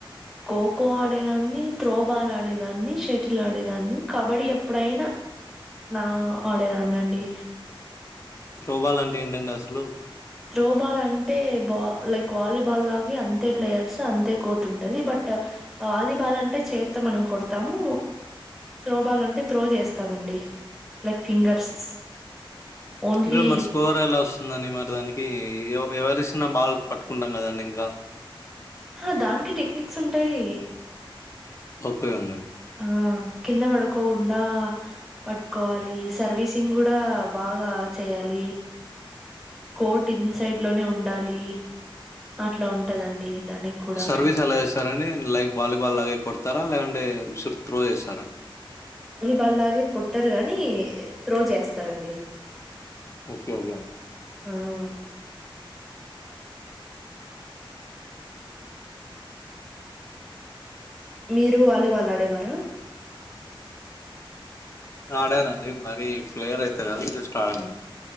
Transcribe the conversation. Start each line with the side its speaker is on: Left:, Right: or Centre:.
Centre: ఖోఖ్ ఖో ఆడేదాన్ని త్రోబాల్ ఆడేదాన్ని షటిల్ ఆడేదాన్ని కబడ్డీ ఎప్పుడైనా నా ఆడేదాన్ని అండి
Left: త్రోబాల్ అంటే ఏంటండి అసలు
Centre: త్రోబాల్ అంటే బా లైక్ వాలీబాల్ గే అంతే ప్లేయర్స్ అంతే కోర్టు ఉంటుంది. బట్ వాలీబాల్ అంటే చేత్ మనం కొడతాము. త్రోబాల్ అంటే త్రో చేస్తామండి లైక్ ఫింగర్స్. ఓన్లీ
Left: ఇంకా మరి స్కోర్ ఎలా వస్తుందండి మరి దాని ఈ ఎవరిసినా బాల్ పట్టుకుంటాం కదండి ఇంకా
Centre: ఆ దానికి టెక్నిక్స్ ఉంటాయి
Left: ఓకే అండీ
Centre: ఆ కిందా పడకు కొండా పట్టుకోవాలి సర్వీసింగ్ కూడా బాగా చేయాలి కోట్ ఇన్ సైడ్ లోనే ఉండాలి. అట్లా ఉంటదండి దానికి కూడా.
Left: సర్వీస్ ఎలా చేస్తారండి లైక్ వాలీబాల్ లాగే కొడతారా లేదంటే విసు త్రో చేస్తారా
Centre: బాలాగే కొట్టారు గాని త్రో చేస్తారండి
Left: ఓకే ఓకే అండి.
Centre: ఆ! మీరు వాలీబాల్ ఆడేవారా
Left: ఆడనండి మరి ప్లేయర్ అయితే కాదు జస్ట్ ఆడాను